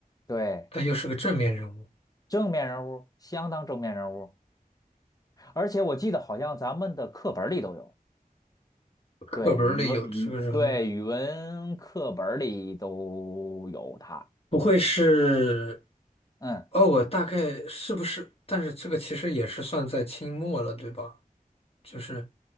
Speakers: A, on the left; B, on the left.
A: 对，
B: 但又是个正面人物，
A: 正面人物，相当正面人物。而且我记得好像咱们的课本里都有，
B: 课本儿里有这个人物，
A: 对，语文语对语文课本里都有他。
B: 不会是？
A: 嗯，
B: 哦，我大概是不是？但是这个其实也是算在清末了，对吧？就是